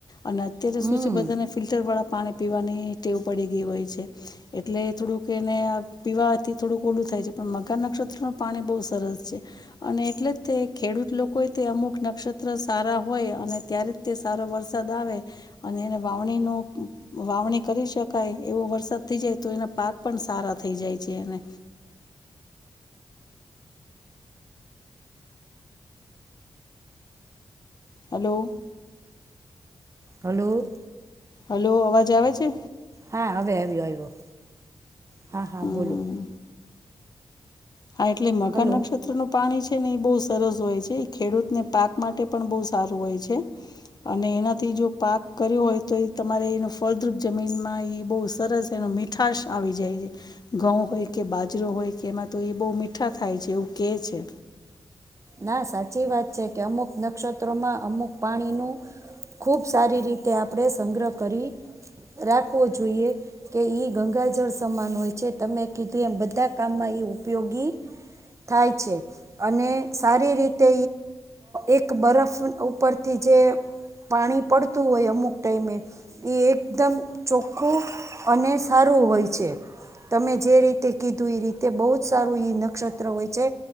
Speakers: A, on the left; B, on the right.
A: અને અત્યારે
B: હમ
A: શું છે બધાને ફિલ્ટર વાળા પાણી પીવાની ટેવ પડી ગઈ હોય છે એટલે થોડુંક કે એને પીવાથી થોડુંક ઓડું થાય છે પણ મગા નક્ષત્રનું પાણી બહુ સરસ છે. અને એટલે જ તે ખેડૂત લોકોએ તે અમુક નક્ષત્ર સારા હોય અને ત્યારે તે સારો વરસાદ આવે અને એને વાવણીનું વાવણી કરી શકાય એવો વરસાદ થઈ જાય તો એના પાક પણ સારા થઈ જાય છે એને હલો.
B: હલો.
A: હલો અવાજ આવે છે?
B: હા હવે આવ્યો આવ્યો, હા હા
A: હમ
B: બોલો.
A: હા, એટલે મગા
B: હલો
A: નક્ષત્ર નો પાણી છે, ને એ બહુ સરસ હોય છે, એ ખેડૂતને પાક માટે પણ બહુ સારું હોય છે. અને એનાથી જો પાક કર્યો હોય તો એ તમારે એનો ફળદ્રુપ જમીનમાં એ બહુ સરસ એનો મીઠ- - ઉઠાશ આવી જાય છે, ઘઉં હોય કે બાજરો હોય કે એમાં- - તો એ બહુ મીઠા થાય છે, એવું કહે છે.
B: ના સાચી વાત છે, કે અમુક નક્ષત્રોમાં અમુક પાણી નું- - ખુબ સારી રીતે આપણે સંગ્રહ કરી રાખવો જોઈએ. કે ઈ ગંગાજળ સમાન હોય છે, તમે કીધું એમ બધા કામમાં ઉપયોગી- - થાય છે, અને- - સારી રીતે એક બરફ ઉપરથી જે- - પાણી પડતું હોય અમુક ટાઈમે એ એકદમ ચોખ્ખું અને સારું હોય છે, તમે જે રીતે તે કીધું એ રીતે બો જ સારું એ નક્ષત્ર હોય છે,